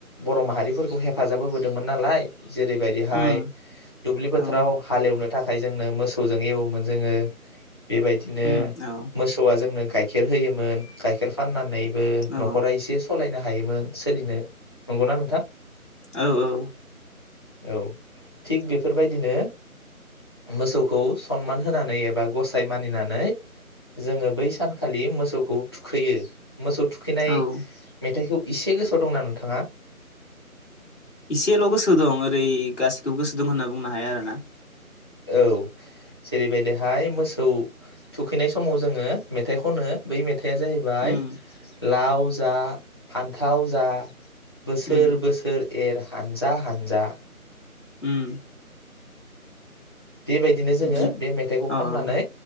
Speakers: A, on the left; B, on the left.
A: बर' माहारि फोरफोरखौ हेफाजाब होबोदोंमोन नालाय जेरैबायदिहाय
B: उम
A: दुब्लि फोथाराव
B: औ
A: हालेवनो थाखा य जोंनो मोसौजों एवोमोन जोङो बेबायदिनो
B: उम औ
A: मोसौआ जोंनो गाइखेर होयोमोन, गाइखेर फाननानै बे
B: औ
A: न'खरा एसे सालायनो हा हायोमोन सोलिनो। नंगौना नोंथां?
B: औ औ
A: औ थिग बेफोरबायदिनो मोसौखौ सनमान होनानै एबा गसाइ मानिनानै जोङो बै सानखालि मोसौखौ थुखैयो। मोसौ थुखैनाय
B: औ
A: मेथाइखौ इसे गोसोआव दंना नोंथाङा?
B: इसेल' गोसोआव दं ओरै गासिखौबो गोसो दं होनना बुंनो हाया आरोना।
A: औ जेरैबायदिहाय मोसौ थुखैनाय समाव जोङो मेथाइ खनो बै मे थाया‌ जाहैबाय
B: उम
A: लाव जा, फान्थाव जा बोसोर
B: उम
A: बोसोर एर हानजा हानजा
B: उम
A: बेबायदिनो जोङो
B: बि
A: बे मेथाइखौ
B: अ
A: खननानै